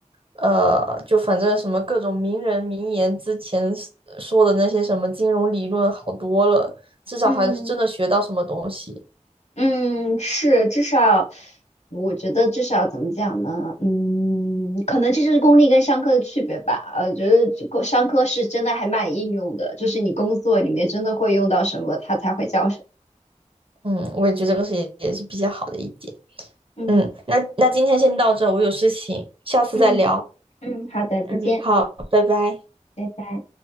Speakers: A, on the right; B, on the left.
A: 呃，就反正什么各种名人名言之前说的那些什么金融理论好多了，至少还是真的学到什么东西。
B: 嗯嗯，是，至少我觉得至少怎么讲呢？嗯，可能这就是公立跟商科的区别吧。呃，觉得这个商科是真的还蛮应用的，就是你工作里面真的会用到什么，它才会叫什
A: 嗯，我也觉得这个是也也是比较好的一点。
B: 么。嗯
A: 嗯，那那今天先到这，我有事情，下次再聊。
B: 嗯嗯，好的，
A: 嗯，
B: 再见。
A: 好，拜拜。
B: 拜拜。